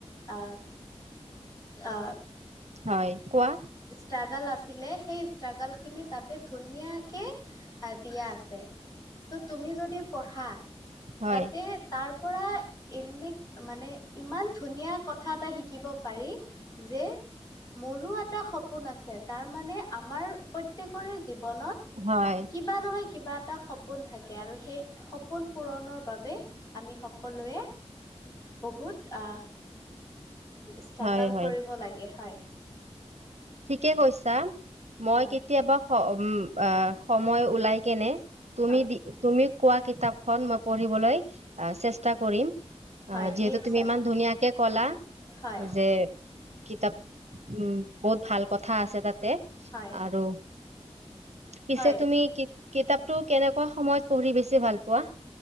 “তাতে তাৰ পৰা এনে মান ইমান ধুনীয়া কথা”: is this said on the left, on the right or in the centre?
Left